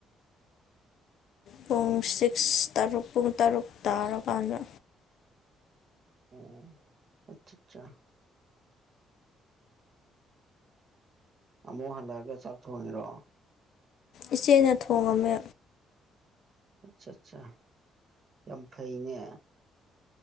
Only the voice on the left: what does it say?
ꯄꯨꯡ ꯁꯤꯛꯁ ꯇꯔꯨꯛ ꯄꯨꯡ ꯇꯔꯨꯛ ꯇꯥꯔꯀꯥꯟꯗ
ꯏꯆꯦꯅ ꯊꯣꯡꯉꯝꯃꯦ